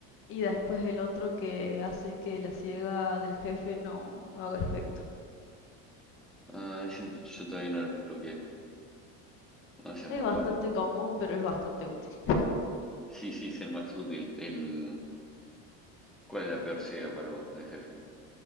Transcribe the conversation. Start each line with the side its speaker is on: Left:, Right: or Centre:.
Left: Y después el otro que hace que la ciega del jefe no, no haga efecto.
Centre: Ah, ese yo todavía no lo bloqueé. No, ese es
Left: Es
Centre: muy
Left: bastante
Centre: bueno.
Left: común, pero es bastante útil.
Centre: Sí, sí, es el más útil. El... ¿Cuál es la peor ciega para vos, de jefe?